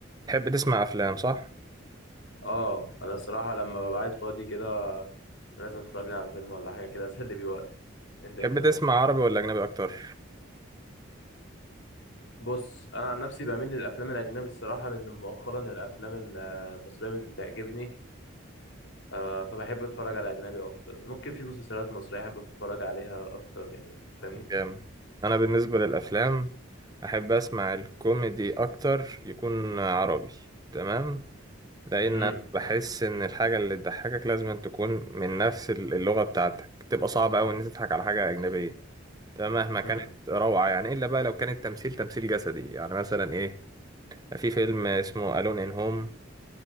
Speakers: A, on the right; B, on the left.
A: تحب تسمع افلام صح
B: اه انا الصراحه لما ببقى قاعد فاضي كده لازم اتفرج لي على فيلم ولا حاجه كده اسلي بيه وقتي انت ايه
A: تحب
B: الدنيا
A: تسمع عربي ولا اجنبي اكتر
B: بص انا عن نفسي بميل للافلام الاجنبي الصراحه لان مؤخرا الافلام ال- المصريه مش بتعجبني آه فبحب اتفرج على اجنبي اكتر ممكن في مسلسلات مصريه احب اتفرج عليها اكتر يعني فاهمني
A: جامد انا بالنسبه للافلام احب اسمع الكوميدي اكتر يكون عربي تمام لان
B: امم
A: أنا بحس ان الحاجه اللي تضحكك لازم أن تكون من نفس اللغه بتاعتك تبقى صعب قوي ان أنت تضحك على حاجه اجنبيه تمام مهما كانت
B: امم
A: روعه يعني الا بقى لو كان التمثيل تمثيل جسدي يعني مثلا ايه في فيلم اسمه الون ان هوم